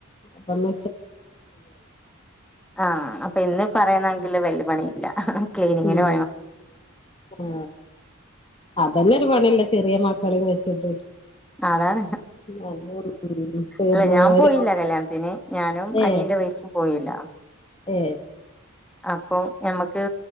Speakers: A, on the left; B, in the centre.
A: അപ്പമ്മ
B: ആ അപ്പൊ ഇന്ന് പറയുന്നെങ്കില് വല്യ പണി ഇല്ല ക്ലീനിങ്ങിന്റെ
A: ഉം ആ അതന്നെ ഒരു പണില്ല ചെറിയ മക്കളെം വെച്ചിട്ട്
B: അതാണ്
A: ഉം തീർന്നു
B: അല്ല ഞാൻ
A: പോവൂല
B: പോയില്ല കല്യാണത്തിന് ഞാനും
A: ഏ
B: അനിയ- ന്റെ വൈഫ് പോയില്ല
A: ഏ
B: അപ്പോ ഞമുക്ക്